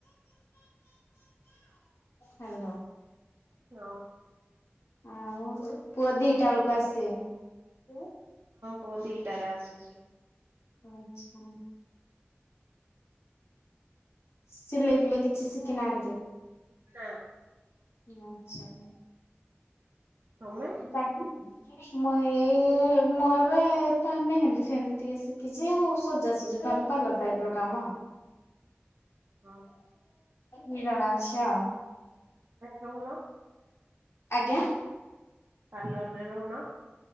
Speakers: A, on the left; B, on the right.
A: ହାଲୋ
B: ହଁ
A: ଆଉ ପୁଅ ଦିଟା ବେଳକୁ ଆସ ସେ <unintelligible>
B: ପୁଆ ଦିଟା ରେ ଆସୁଛି।
A: ଆଚ୍ଛା। ସିଲେଇ ଫିଲେଇ କିଛି ଶିଖି ନାହାନ୍ତି?
B: ନାଁ।
A: ଆଚ୍ଛା।
B: ତମେ
A: ଉଁ ତାକ୍ ଲି। ମୁଁ ଏଇ-ଇ-ଇ ମୁଁ ଏବେ ମେହେନ୍ଦୀ ଫେହେନ୍ଦୀ ଟିକେ ଶିଖିଛି। ଆଉ ସଜା ସଜି ତାଲେ ପାର୍ଲର ଟାଇପ୍ ର କାମ।
B: ରେ
A: ମି ଜଣ ଅଛି ଆଉ।
B: ରହୁନ
A: ଆଜ୍ଞା?
B: ପାର୍ଲରରେ ରହୁନ।